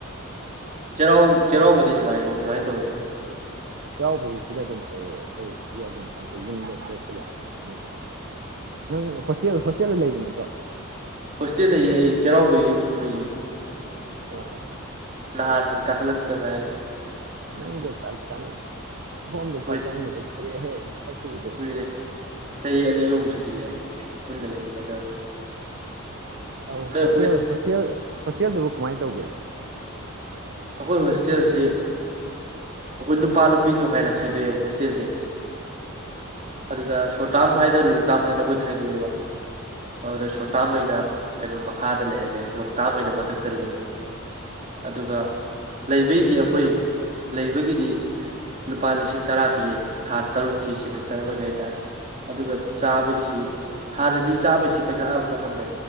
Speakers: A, on the right (about 35°); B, on the right (about 50°).
A: ꯆꯩꯔꯥꯎ ꯆꯩꯔꯥꯎꯕꯗꯤ ꯅꯨꯡꯉꯥꯏꯔꯤꯕꯣ ꯀꯃꯥꯏꯅ ꯇꯧꯔꯒꯦ
B: ꯆꯥꯎꯕꯗꯨ ꯁꯤꯗ ꯑꯗꯨꯝ ꯇꯧꯋꯦꯕ ꯑꯩꯈꯣꯏ ꯁꯤꯗ ꯑꯗꯨꯝ ꯄꯥꯡꯊꯣꯛꯏ ꯌꯨꯝꯗ ꯊꯣꯄ ꯌꯥꯗꯕ ꯅꯪ ꯍꯁ ꯣꯦꯜ ꯍꯣꯁꯇꯦꯜꯗ ꯂꯩꯕ ꯅꯠꯇ꯭ꯔꯣ
A: ꯍꯣꯁꯇꯦꯜ ꯂꯩꯌꯦ ꯑꯩ ꯆꯩꯔꯥꯎꯕꯒꯤ ꯌꯨꯝ ꯀꯨꯝꯍꯩꯌꯦ
B: ꯑꯣꯁ
A: ꯅꯍꯥꯟ ꯀꯈꯂ ꯇ ꯉꯥꯏꯅꯦꯦ
B: ꯅꯪ ꯆꯥꯛ ꯇꯅ ꯍꯗ
A: ꯍꯣꯏ
B: ꯆꯥꯛ ꯆꯝ ꯀ ꯍꯦ ꯆꯁꯨ ꯆ
A: ꯀꯨꯏꯔꯦ
B: ꯀꯗ
A: ꯆꯍꯤ ꯑꯅꯤ ꯑꯍꯨꯝ ꯁꯨꯖꯤꯜꯂꯛꯑꯦ ꯄꯨꯟꯅ ꯂꯩꯃꯤꯟꯅꯗꯕ
B: ꯑꯥꯎ
A: ꯅꯣꯏ
B: ꯍꯣꯁ ꯍꯣꯁ ꯍꯣꯁꯤꯌꯥ ꯑꯗꯨꯕꯨ ꯀꯃꯥꯏꯅ ꯇꯧꯒꯦ
A: ꯑꯩꯈꯣꯏ ꯍꯣꯁꯇꯦꯜꯁꯤ ꯑꯩꯈꯣꯏ ꯅꯨꯄꯥ ꯅꯨꯄꯤ ꯇꯣꯉꯥꯏꯅ ꯈꯥꯏꯗꯣꯛꯑꯦꯕ ꯍꯣꯁꯇꯦꯜꯁꯦ ꯑꯗꯨꯗ ꯁꯣꯔꯠ ꯇꯥꯝ ꯍꯥꯏꯗꯅ ꯂꯣꯡ ꯇꯥꯝ ꯍꯥꯏꯗꯅ ꯑꯩꯈꯣꯏ ꯈꯥꯏꯗꯣꯛꯑꯦꯕ ꯑꯗꯨꯗ ꯁꯣꯔꯠ ꯇꯥꯔꯝ ꯑꯣꯏꯅ ꯀꯩꯅꯣ ꯃꯈꯥꯗ ꯂꯩꯍꯜꯂꯦ ꯂꯣꯡ ꯇꯥꯝ ꯑꯣꯏꯅ ꯃꯊꯛꯇ ꯂꯩ ꯑꯗꯨꯒ ꯂꯩꯕꯩꯗꯤ ꯑꯩꯈꯣꯏ ꯂꯩꯕꯒꯤꯗꯤ ꯂꯨꯄꯥ ꯂꯤꯁꯤꯡ ꯇꯔꯥ ꯄꯤꯌꯦ ꯊꯥ ꯇꯔꯨꯛꯀꯤ ꯁꯦꯃꯤꯁꯇꯔ ꯑꯃꯒꯤ ꯍꯥꯏ ꯇꯥꯔꯦ ꯑꯗꯨꯒ ꯆꯥꯕꯒꯤꯁꯤ ꯍꯥꯟꯅꯗꯤ ꯆꯥꯕꯩꯁꯤ ꯄꯩꯁꯥ ꯌꯥꯝ ꯍꯣꯡꯉꯝꯃꯦ